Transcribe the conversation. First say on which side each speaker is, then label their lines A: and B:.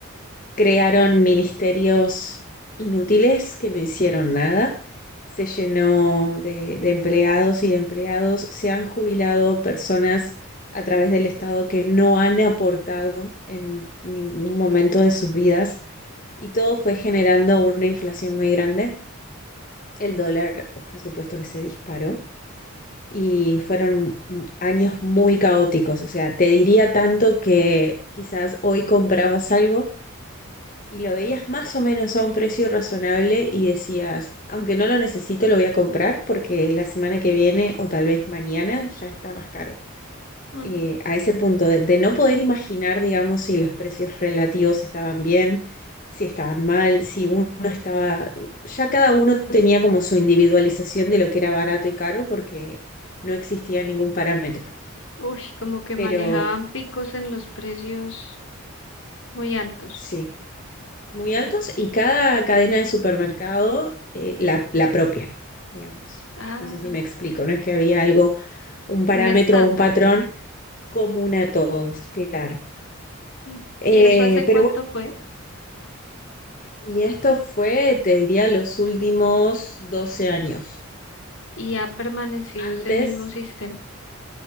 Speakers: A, on the left; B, on the left.
A: crearon ministerios inútiles que no hicieron nada, se llenó de, de empleados y de empleados, se han jubilado personas a través del Estado que no han aportado en ningún momento de sus vidas y todo fue generando una inflación muy grande. El dólar, por supuesto que se disparó y fueron años muy caóticos. O sea, te diría tanto que quizás hoy comprabas algo y lo veías más o menos a un precio razonable y decías, aunque no lo necesito, lo voy a comprar porque la semana que viene o tal vez mañana ya está más caro.
B: Mm,
A: Eh, a ese punto de, de no poder imaginar, digamos, si los precios relativos estaban bien, si estaban mal, si uno estaba... Ya cada uno tenía como su individualización de lo que era barato y caro porque no existía ningún parámetro.
B: Uy, como que
A: Pero
B: manejaban picos en los precios muy altos.
A: sí. muy altos
B: Me-
A: y cada cadena de supermercado eh, la, la propia, digamos.
B: Ah,
A: No sé si me explico, no es que había algo, un parámetro
B: un estándar.
A: o un patrón común a todos, claro.
B: Mm,
A: Eh,
B: ¿Y eso hace cuánto
A: pero bueno,
B: fue?
A: y esto fue, te diría, los últimos 12 años.
B: Y ha permanecido ese
A: Antes,
B: mismo sistema.